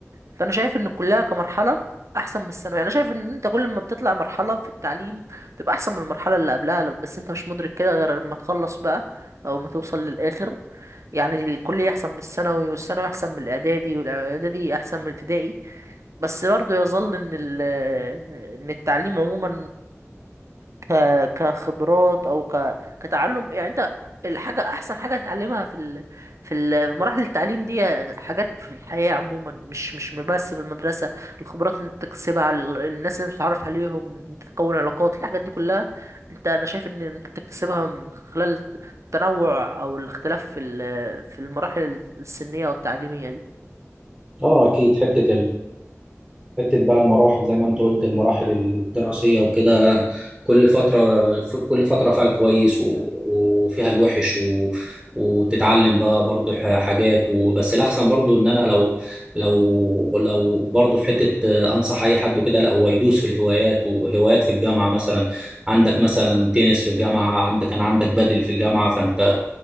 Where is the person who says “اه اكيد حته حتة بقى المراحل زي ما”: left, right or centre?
Centre